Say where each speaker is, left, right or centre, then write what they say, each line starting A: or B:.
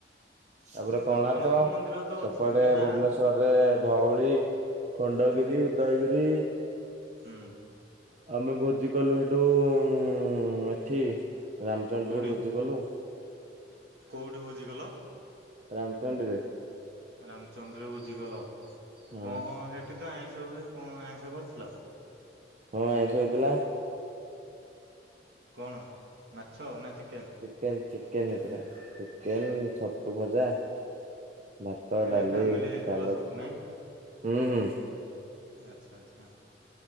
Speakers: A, on the right; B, on the right.
A: ତାପରେ
B: ତମ
A: କୋଣାର୍କ,
B: ଜଗନ୍ନାଥ ମନ୍ଦିର ତ
A: ସେପଟେ
B: ଅଛି ମାନେ
A: ଭୁବନେଶ୍ଵରରେ
B: ଆ
A: ଧଉଳି ଖଣ୍ଡଗିରି,
B: ହୁଁ
A: ଉଦୟଗିରି
B: ହୁଁ।
A: ଆମେ ଭୋଜି କଲୁ ସେଠୁ, ଉମ୍ ଏଠି ରାମଚଣ୍ଡିରେ
B: କୋଉଠି
A: ଭୋଜି କଲୁ
B: କୋଉଠି ଭୋଜି କଲ?
A: ରାମଚଣ୍ଡୀରେ।
B: ରାମଚଣ୍ଡୀରେ ଭୋଜି କଲ?
A: ହଁ
B: କଅଁ କଅଁ ହେ ସେଠି ତ ଆଇଁଷ ହୁଏ, କଅଁ ଆଇଁଷ କରିଥିଲ?
A: ହଁ, ଆଇଁଷ ହେଇଥିଲା
B: କଣ? ମାଛ ନା ଚି
A: ଚିକେନ୍ ଚିକେନ ହେଇଥିଲା। ଚିକେନ, ଛତୁ ଭଜା ଭାତ,
B: ହେଲେ
A: ଡାଲି,
B: ଫ୍ୟାମିଲି ଯାଇଥିଲ
A: ସାଲଟ୍,
B: ସବୁ ନାଇଁ
A: ହୁଁ ହୁଁ।
B: ଆଚ୍ଛା, ଆଚ୍ଛା।